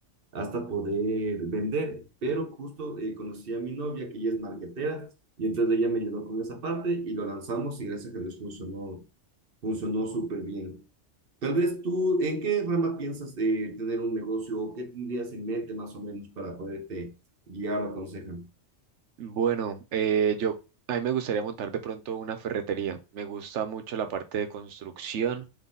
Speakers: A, on the right; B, on the right.
A: hasta poder vender. Pero justo eh, conocí a mi novia que ella es marketera y entonces ella me ayudó con esa parte y lo lanzamos y gracias a Dios funcionó, funcionó súper bien. Tal vez tú, ¿en qué rama piensas eh, tener un negocio o qué tendrías en mente más o menos para poderte guiar o aconsejar?
B: Bueno, eh, yo a mí me gustaría montar de pronto una ferretería. Me gusta mucho la parte de construcción,